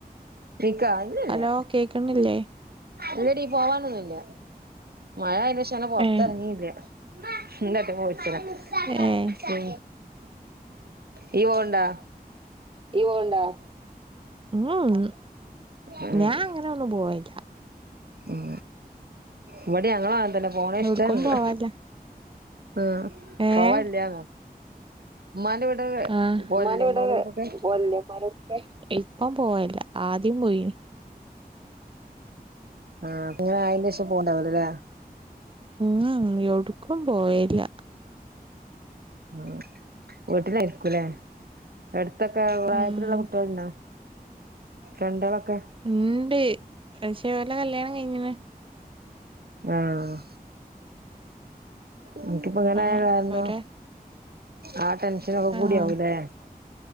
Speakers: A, on the right; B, on the right.
A: നിക്കാ ഇല്ലല്ല
B: ഹലോ കേക്ക്ന്നില്ലേ
A: ഇല്ലടി പോവാനൊന്നുമില്ല മഴ ആയിന് ശേഷം അങ്ങനെ പൊറത്തിറങ്ങിയില്ല
B: ഏഹ്
A: <unintelligible>
B: ഏഹ്
A: ഉം ഇയ്യ് പോവുണ്ടാ
B: ഇയ്യ് പോവുണ്ട മ്മ് മ്മ്
A: ഉം
B: ഞാൻ അങ്ങനെ ഒന്നും പോവലില്ല
A: ഉം ഇവിടെ ഞങ്ങളും അങ്ങനെ തന്നെ പോണെ ഇഷ്ടന്നല്ല
B: എവിട്ക്കും പോവലില്ല
A: ഉം പോവല്ലന്നോ
B: ഏഹ്
A: ഉമ്മാന്റെ വീട്
B: ആഹ്
A: പോവലില്ലേ
B: ഉമ്മാ ൻ്റെ വീട്ടിൽ
A: ഉമ്മാന്റെ വീട്ട്ക്കൊക്കെ
B: പോവലില്ലേ ഇപ്പം പോവലില്ല ആദ്യം പോയിന്
A: ആഹ് പ്പോ ഇങ്ങനെ ആയിനേഷം പോവുണ്ടാവൂല ല്ലേ
B: മ്മ്ഹ് മ്മ്ഹ് യൗവ്‌ട്ക്കും പോവലില്ല
A: ഉം വീട്ടിലായിരിക്കൂല്ലേ എടുത്തൊക്കെ പ്രായത്തിലുള്ള
B: ഉം
A: കുട്ടികൾഉണ്ടോ ഫ്രണ്ടാളൊക്കെ
B: ഉണ്ട് പക്ഷേ ഓലെ കല്യാണം കഴിഞ്ഞണ്
A: ആഹ് അനക്കിപ്പോ ഇങ്ങനെ
B: ആഹ്
A: ആയ കാരണം
B: ഓരെ
A: ആ ടെെൻഷനും ഒക്കെ കൂടി
B: ആഹ്
A: ആവും ല്ലേ